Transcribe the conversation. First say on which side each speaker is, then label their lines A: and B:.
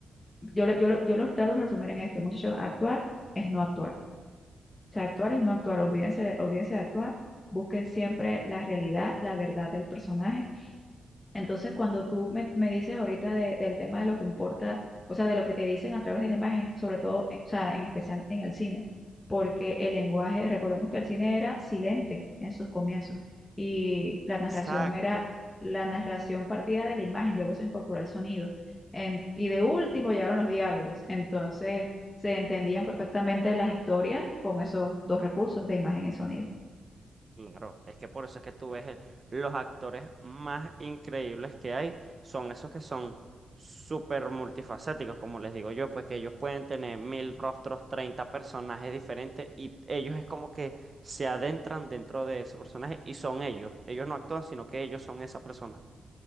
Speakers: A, on the left; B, on the right.
A: yo, le- yo, lo- yo los trato de resumir en esto, muchachos, actuar es no actuar. O sea, actuar es no actuar, olvídense de, olvídense de actuar, busquen siempre la realidad, la verdad del personaje entonces, cuando tú me, me dices ahorita de- del tema de lo que importa, o sea, de lo que te dicen a través de la imagen, sobre todo, eh, o sea, en especial en el cine, porque el lenguaje, recordemos que el cine era silente en sus comienzos y la narración
B: Exacto.
A: era la narración partida de la imagen, luego se incorporó el sonido en- y de último llegaron los diálogos. Entonces, se entendían perfectamente las historias con esos dos recursos de imagen y sonido.
B: Claro, es que por eso es que tú ves el- los actores más increíbles que hay son esos que son súper multifacéticos, como les digo yo, pues que ellos pueden tener mil rostros, 30 personajes diferentes y ellos es como que se adentran dentro de ese personaje y son ellos. Ellos no actúan, sino que ellos son esa persona.